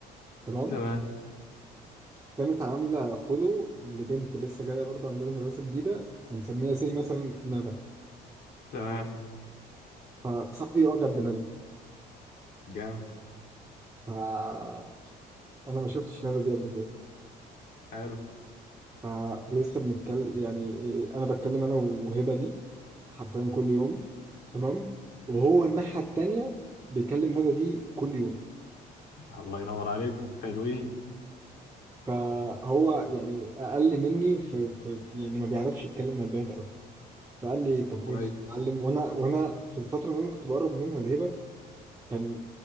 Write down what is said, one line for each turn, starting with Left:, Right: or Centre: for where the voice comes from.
Right: تمام
Left: تمام
Right: كانت عامله فولو لبنت لسه جايه برضه عندنا مدرسه جديده هنسميها سي مثلا ندى
Left: تمام
Right: فصاحبي اعجب بندى
Left: جامد
Right: فانا ما شفتش ندى دي قبل كده
Left: حلو
Right: فلسه بنتكلم يعني إيه، انا بتكلم انا وهبه دي حرفيا كل يوم تمام وهو الناحيه التانيه بيكلم ندى دي كل يوم
Left: الله ينور عليكم حلوين
Right: فهو يعني اقل مني في, في, في يعني ما بيعرفش يتكلم مع البنات قوي فقال لي طب
Left: كويس
Right: بص يا معلم وانا وانا في الفتره اللي انا كنت بقرب منها الهبه كان